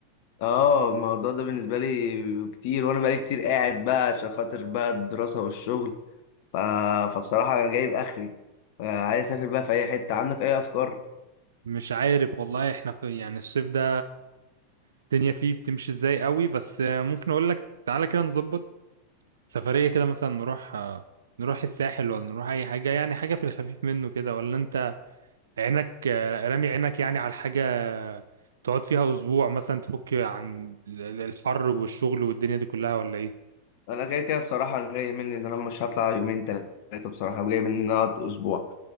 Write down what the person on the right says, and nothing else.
مش عارف والله احنا في يعني الصيف ده الدنيا فيه بتمشي ازاي قوي بس ممكن اقول لك تعالى كده نظبط سفريه كده مثلا نروح نروح الساحل ولا نروح اي حاجه يعني حاجه في الخفيف منه كده ولا انت عينك آه، رامي عينك يعني على حاجة تقعد فيها أسبوع مثلا تفك عن ال- ال- الحر والشغل والدنيا دي كلها ولا إيه؟